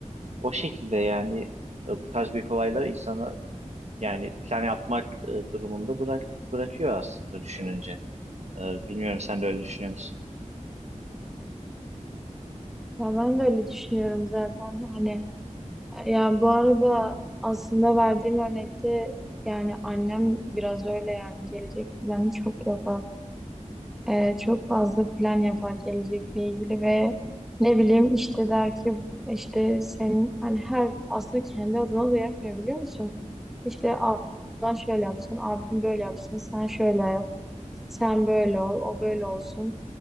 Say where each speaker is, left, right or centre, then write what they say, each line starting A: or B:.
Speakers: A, on the right; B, in the centre.
A: O şekilde yani e, bu tarz büyük olaylar insanı yani plan yapmak e, durumunda bırak, bırakıyor aslında düşününce. Ee, bilmiyorum sen de öyle düşünüyor musun?
B: Ya ben de öyle düşünüyorum zaten. Hani ya bu arada aslında verdiğim örnekte yani annem biraz öyle yani gelecek planı çok yapar. Ee, çok fazla plan yapar gelecekle ilgili ve ne bileyim işte der ki işte senin hani her aslında kendi adına da yapmıyor biliyor musun? İşte ablan şöyle yapsın, abim böyle yapsın, sen şöyle yap, sen böyle ol, o böyle olsun.